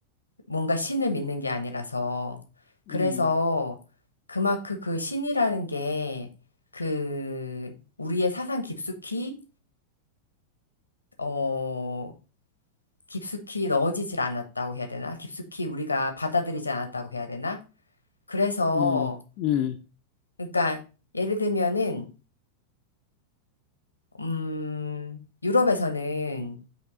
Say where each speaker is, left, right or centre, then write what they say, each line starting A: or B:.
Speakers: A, on the left; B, on the left.
A: 뭔가 신을 믿는 게 아니라서. 그래서
B: 음,
A: 그만큼 그 그 신이라는 게 그 우리의 사상 깊숙이 어 깊숙이 넣어지질 않았다고 해야 되나? 깊숙이 우리가 받아들이지 않았다고 해야 되나? 그래서
B: 음, 음,
A: 그러니까 예를 들면은 음 유럽에서는